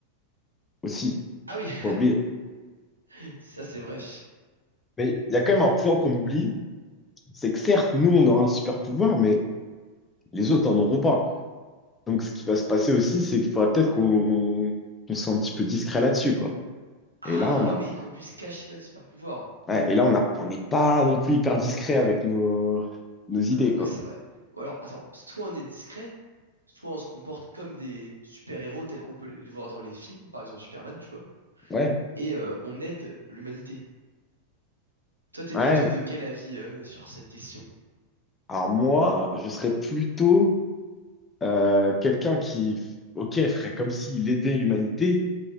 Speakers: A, on the left; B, on the right.
A: aussi,
B: Ah oui,
A: pas oublier.
B: <laughs> ça c'est vrai.
A: Mais il y a quand même un point qu'on oublie, c'est que certes, nous on aura un super pouvoir, mais les autres en auront pas. Donc, ce qui va se passer aussi, c'est qu'il faudra peut-être qu'on qu'on soit un petit peu discret là-dessus, quoi.
B: Ah
A: Et là, on a,
B: oui, qu'on puisse cacher notre super pouvoir.
A: ouais, et là, on a, on n'est pas non plus hyper discret avec nos, nos idées,
B: Euh, ouais,
A: quoi.
B: c'est vrai. Ou alors, attends, soit on est discret, soit on se comporte comme des super-héros tels qu'on peut les voir dans les films, par exemple Superman, tu vois.
A: Ouais,
B: et euh, on aide l'humanité. Toi, t'es
A: ouais.
B: plutôt de quel avis euh, sur cette question?
A: Alors moi, je serais plutôt euh, quelqu'un qui, ok, ferait comme s'il aidait l'humanité,